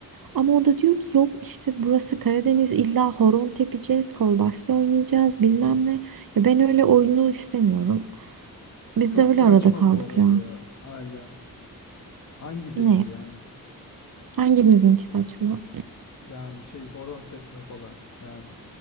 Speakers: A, on the right (about 65°); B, on the left (about 50°).
A: Ama o da diyor ki yok işte burası Karadeniz illa horon tepeceğiz, kolbasta oynayacağız bilmem ne. Ya ben öyle oyunlu istemiyorum. Biz
B: Çok
A: de öyle
B: saçma
A: arada kaldık
B: bu arada
A: ya.
B: ya hala. Hangi devir
A: Ne?
B: yani?
A: Hangimizinki saçma?
B: Yani şey horon tepme falan. Yani